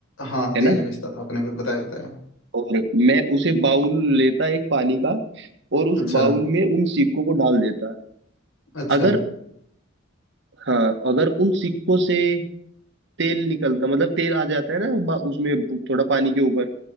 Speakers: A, on the left; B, on the right.
A: हाँ तेल
B: है ना
A: बेचता था आपने बताया बताया
B: और मैं उसे बाउल लेता एक पानी का और उस
A: अच्छा
B: बाउल में उन सिक्कों को डाल देता
A: अच्छा
B: अगर हाँ अगर उन सिक्कों से तेल निकलता मतलब तेल आ जाता है ना बा- उसमें थोड़ा पानी के ऊपर